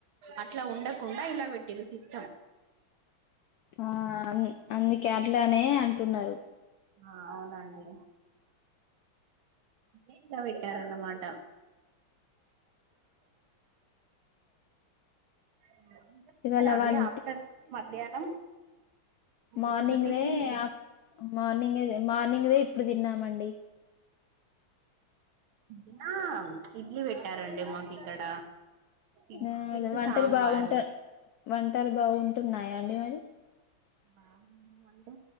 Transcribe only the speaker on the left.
ఆ అన్ని అన్ని కేరళనే అంటున్నారు
ఇవాళ
వన్
మార్నింగ్
రే ఆపు మార్నింగే తే మార్నింగ్ రే ఇప్పుడు తిన్నామండి
హ్మ్
వంటలు
బాగుంటా వంటలు బాగుంటు ఉన్నాయా ఏమైంది